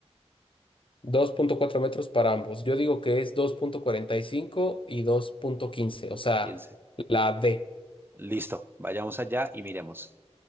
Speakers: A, on the left; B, on the right.
A: dos punto cuatro metros para ambos. Yo digo que es dos punto cuarenta y cinco y dos punto quince. o sea,
B: Piense.
A: la D.
B: Listo, vayamos allá y miremos.